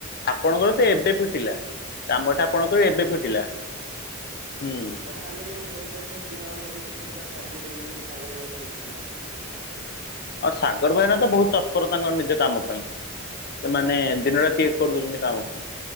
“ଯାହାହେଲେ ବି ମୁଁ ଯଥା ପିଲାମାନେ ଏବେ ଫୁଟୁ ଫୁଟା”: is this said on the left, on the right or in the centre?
Right